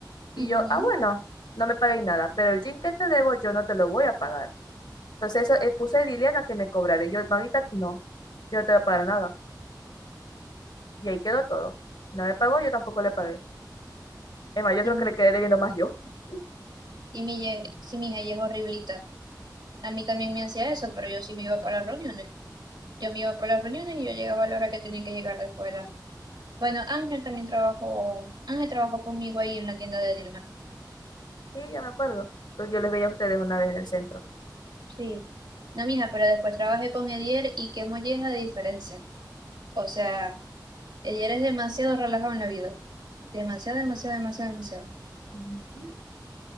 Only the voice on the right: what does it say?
Ujú.
Sí,
sí, mi, ye- sí, mija, ella es horriblita. A mí también me hacía eso, pero yo sí me iba para las reuniones. Yo me iba para las reuniones y yo llegaba a la hora que tenía que llegar después de la... Bueno, Ángel también trabajó, Ángel trabajó conmigo ahí en la tienda de Dilma.
Sí. No, mija, pero después trabajé con Edier y qué molleja de diferencia. O sea, Edier es demasiado relajado en la vida. Demasiado, demasiado, demasiado, demasiado.